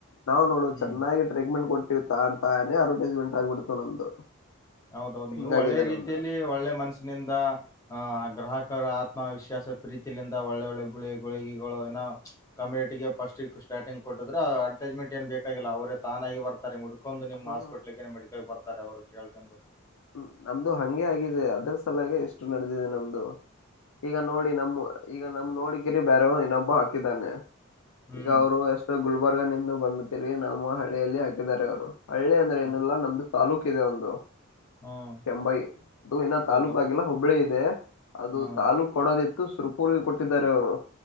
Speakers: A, on the left (about 75°); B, on the left (about 15°).
A: ನ
B: ಹ್ಮ್
A: ಚನ್ನಾಗಿ ಟ್ರೀಟ್ಮೆಂಟ್ ಅಂತಾನೆ ಅಡ್ವರ್ಟೈಸ್ಮೆಂಟ್ ಆಗ್ಬಿಡ್ತು ನಮ್ದು
B: ಹೌದೌದು
A: ಹಿಂಗಾಗಿದೆ
B: ನೀವು ಒಳ್ಳೆ ರೀತಿಯಲ್ಲಿ
A: ನಮ್ದು
B: ಒಳ್ಳೆ ಮನಸಿನಿಂದ ಆಹ ಆ ಗ್ರಾಹಕ ಆತ್ಮವಿಶ್ವಾಸ ಪ್ರೀತಿಯಿಂದ ಒಳ್ಳೆ ಒಳ್ಳೆ ಗುಳಿ ಗುಳಿಗೆಗಳು ಕಮ್ಯುನಟಿಗೆ ಫಸ್ಟ್ ಸ್ಟಾರ್ಟಿಂಗ್ ಕೊಟ್ಟಿದ್ರು ಅಡ್ವರ್ಟೈಸ್ಮೆಂಟ್ ಏನು ಬೇಕಾಗಿಲ್ಲ ಅವರೇ ತಾನಾಗಿ ಬರ್ತಾರೆ ನಿಮ
A: ಹಾ
B: <unintelligible> ಏ ಮಡಿಕಲ್ ಅವ್ರಿಗೆ ಕೇಳ್ಕು <inaudible>
A: ಹ್ಮ ನಮ್ದು ಹಂಗೆ ಆಗಿದೆ ಅದ್ರ ಸಲಾಗೆ ಎಷ್ಟು ನಡೆದಿದೆ ನಮ್ದು ಈಗ ನೋಡಿ ನಮ ಈಗ ನಮ್ದ ನೋಡಿ ಕಿರಿ ಬೇರೆ ಇನ್ನೊಬ್ಬ ಹಾಕಿದ್ದಾನೆ
B: ಹ್ಮ್
A: ಈಗ ಅವ್ರು ಎಷ್ಟು ಗುಲ್ಬರ್ಗ ನಿಂದು ಬಂದ ನಮ್ಮ ಹಳೆಯಲ್ಲಿ ಹಾಕಿದಿದ್ದಾರೆ ಅವರು ಹಳ್ಳೆ ಅಂದ್ರೆ
B: ಹ
A: ಏನಲ್ಲ ನಮ್ದ ತಾಲೂಕು ಕಿದೆ ಒಂದು
B: ಹ್ಮ್
A: ಕೆಂಬೈಿ ಇದು ಇನ್ನ
B: ಹೌದೌದು
A: ತಾಲೂಕ ಆಗಿಲ್ಲ ಹುಬ್ಬಳಿ ಇದೆ ಅದು
B: ಹ್ಮ್
A: ತಾಲೂಕ್ ಕೊಡೋದಿತ್ತು ಸುರ್ಪೂರ್ಗೆ ಕೊಟ್ಟಿದ್ದಾರೆ ಅವರು